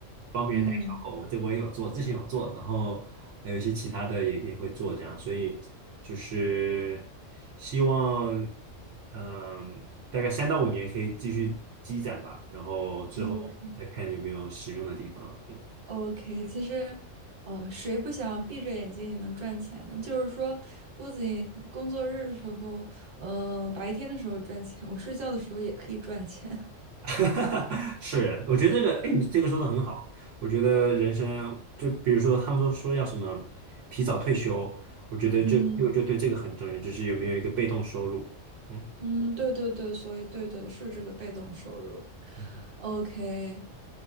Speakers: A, on the right; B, on the right.
A: 帮别人带小狗，
B: 嗯
A: 这我也有做，之前有做，然后还有一些其他的也也会做这样，所以就是希望嗯、大概三到五年可以继续积攒吧，然后之后再看有没有使用的地方，
B: OK，
A: 嗯。
B: ，OK，其实，哦，谁不想闭着眼睛也能赚钱呢？就是说，不仅工作日的时候，呃，白天的时候赚钱，我睡觉的时候也可以赚钱。<laughs>
A: <laughs> 是，我觉得这个，哎，你这个说的很好。我觉得人生，就比如说他们都说要什么提早退休，我觉得就就就对这个很重要，
B: 嗯。
A: 就是有没有一个被动收入。嗯
B: 嗯，对对对，所以对对是这个被动收入。
A: 嗯
B: OK，